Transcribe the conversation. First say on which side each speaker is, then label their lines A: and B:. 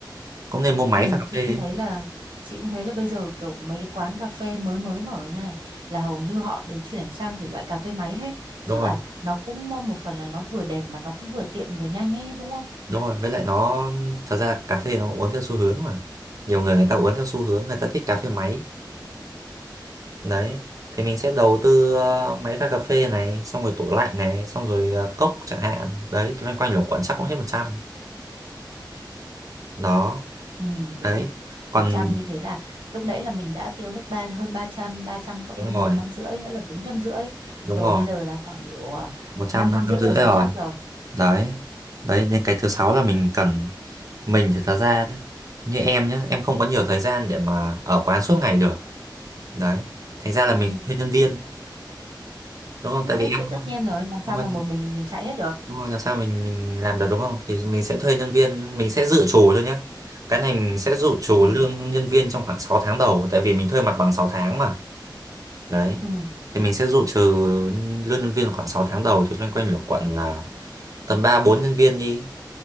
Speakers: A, on the right; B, on the right.
A: cũng nên mua máy
B: Ừ,
A: pha cà
B: chị
A: phê
B: cũng
A: ấy.
B: thấy là chị cũng thấy là bây giờ kiểu mấy cái quán cà phê mới mới mở như này là hầu như họ đều chuyển sang thể loại cà phê máy hết
A: đúng
B: chắc
A: rồi
B: là nó cũng mo- một phần là nó vừa đẹp mà nó cũng vừa tiện về nhanh ấy đúng không
A: đúng rồi với lại nó thật ra cà phê nó uống theo xu hướng mà nhiều người người ta uống theo xu hướng người ta thích cà phê máy đấy thì mình sẽ đầu tư ờ, máy pha cà phê này xong rồi tủ lạnh này xong rồi ờ, cốc chẳng hạn đấy loanh quanh luẩn quẩn chắc cũng hết một trăm, đó
B: ừ, được
A: đấy còn
B: một trăm như thế là lúc nãy là mình đã tiêu hết ba hơn ba trăm ba trăm cộng
A: đúng
B: thêm
A: rồi
B: một trăm rưỡi nữa là bốn trăm rưỡi
A: đúng
B: rồi
A: rồi
B: bây giờ là khoảng độ ờ,
A: một trăm
B: năm
A: năm
B: trăm rưỡi
A: rưỡi
B: gần
A: rồi
B: sáu trăm rồi
A: đấy đấy nên cái thứ sáu là mình cần mình thì thật ra nhá, như em nhá em không có nhiều thời gian để mà ở quán suốt ngày được đấy thành ra là
B: ừ.
A: mình phải thuê nhân viên đúng không
B: Thế
A: tại
B: đấy
A: vì em
B: chuyện tất nhiên rồi làm sao
A: đúng rồi
B: mà một mình mình mình chạy hết được
A: đúng rồi làm sao mình mình làm được đúng không thì mình sẽ thuê nhân viên mình sẽ dự trù thôi nhé cái này mình sẽ dự trù
B: ừ.
A: lương nhân viên trong khoảng 6 tháng đầu tại vì mình thuê mặt bằng 6 tháng mà đấy
B: Ừ.
A: thì mình sẽ dự trù lương nhân viên khoảng 6 tháng đầu thì loanh quanh lục quận là tầm 3 4 nhân viên đi